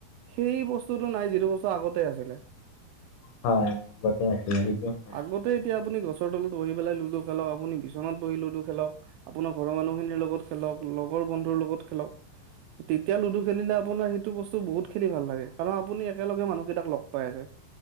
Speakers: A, on the right; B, on the left.
A: সেই বস্তুতটো নাই যিটো বস্তু আগতে আছিলে।
B: হয়, আটো আছিল সেইটো হয়
A: আগতে
B: <inaudible>
A: এতিয়া আপুনি গছৰ তলত বহি পেলাই লুডু খেলক আপুনি বিচনাত বহি লুডু খেলক আপোনাৰ ঘৰৰ মানুহ খিনিৰ লগ খেলক লগৰ বন্ধু লগত খেলাওঁ তেতিয়া লুডু খেলিলে আপোনাৰ সেইটো বস্তু বহুত খেলি ভাল লাগে, কাৰণ আপুনি একেলগে মানুহকেইটাক লগ পাই আছে।